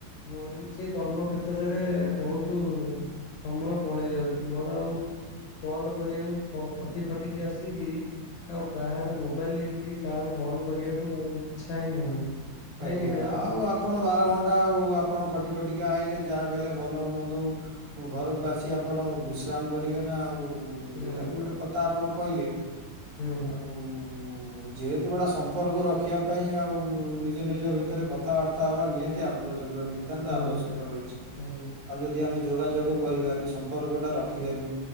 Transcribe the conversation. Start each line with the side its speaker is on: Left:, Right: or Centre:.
Left: ମୋର ବି ସେ କର୍ମ କ୍ଷତ୍ରରେ ବହୁତ ସମୟ ପଳେଇ ଯାଉଚି ମୋର ଆଉ କଲ କରିବାକୁ କ ଖଟି ଖଟିକି ଆସିକି ଆଉ କାହାର ମୋବାଇଲ ଇ - କାହାକୁ କଲ୍ କରିଆକୁ ଆଉ ଇଛା ହିଁ ହଉନି। କାହିଁକି
Right: ଆଜ୍ଞା
Left: ନା
Right: ଆଉ ଆପ ଆପଣ ବାର ଘଣ୍ଟା ଆଉ ଆପଣ ଖଟି ଖଟିକି ଆଇଲେ ଯାହାବି ହେଲେ ଭଲ ହଉ ମନ୍ଦ ହଉ ଘରୁକୁ ଆସି ଆପଣ ବିଶ୍ରାମ କରିବେ ନା ଆଉ।
Left: ହୁଁ
Right: ସେଟା ବି ଗୋଟେ କଥା ଆପଣ କଇଲେ,
Left: ହୁଁ
Right: ଆଉ ଉ ଯେହେତୁ ଗୁଡା ସମ୍ପର୍କ ରଖିବା ପାଇଁ ଆଉ ଉ ନି - ନିଜ ନିଜ ଭିତରେ କଥାବାର୍ତ୍ତା ହବା ନିହାତି ଆବଶ୍ୟକ ନତ୍ୟନ୍ତ
Left: ହୁଁ
Right: ଆବଶ୍ୟକ ରହିଚି
Left: ହୁଁ
Right: ଆଉ ଯଦି ଆମେ ଯୋଗାଯୋଗ କରିବାନି ସମ୍ପର୍କ ଟା ରଖିବାନି